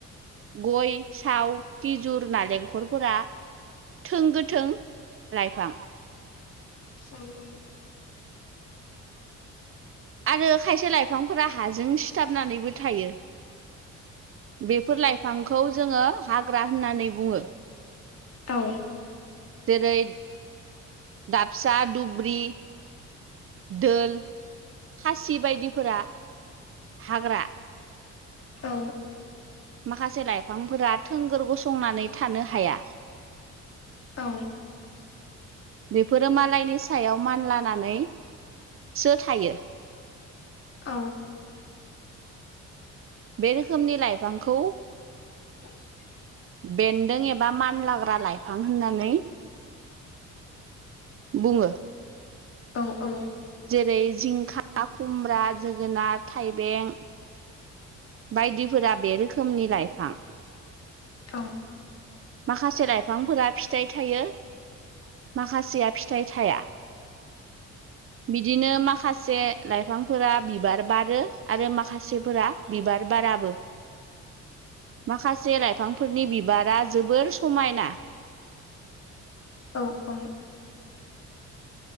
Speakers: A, on the right; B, on the left.
A: गय साव खिजुर नालेंखरफोरा थों गोथों लाइफां
B: औ औ
A: आरो खायसे लाइफांफोरा हाजों सिथाबनानैबो थायो। बेफोर लाइफांखौ जोङो हाग्रा होननानै बुङो।
B: औ औ
A: जेरै फिसा दुब्रि दोल खासि बायदिफोरा हाग्रा
B: औ
A: माखासे लाइफांफोरा थोंगोर गसंनानै थानो हाया।
B: औ
A: बेफोरो मालायनि सायाव मानलानानैसो थायो।
B: औ
A: बे रोखोमनि लाइफांखौ
B: <inaudible>
A: बेन्दों एबा मानलाग्रा लाइफां होननानै बुङो
B: औ औ
A: जेरै जिंखा, खुमब्रा, जोगोनार, थाइबें, बायदिफोरा बे रोखोमनि लाइफां
B: औ
A: माखासे लाइफांफोरा फिथाइ थायो माखासेया फिथाइ थाया। बिदिनो माखासे लाइफांफोरा बिबार बारो आरो माखासेफोरा बिबार बाराबो। माखासे लाइफांफोरनि बिबारा जोबोर समायना
B: औ औ